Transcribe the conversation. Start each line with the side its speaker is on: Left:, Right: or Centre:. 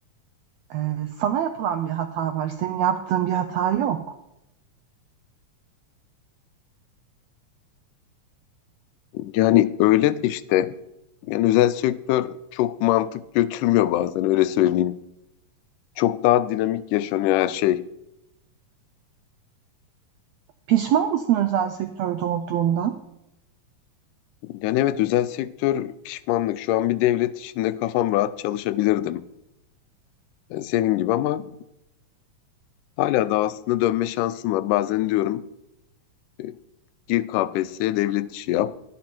Right: e, sana yapılan bir hata var. Senin yaptığın bir hata yok.
Left: Yani öyle de işte. Yani özel sektör çok mantık götürmüyor bazen öyle söyleyeyim. Çok daha dinamik yaşanıyor her şey.
Right: Pişman mısın özel sektörde olduğunda?
Left: Yani evet özel sektör pişmanlık. Şu an bir devlet içinde kafam rahat çalışabilirdim. E, senin gibi ama hala da aslında dönme şansım var. Bazen diyorum e, gir KPSS'ye devlet işi yap.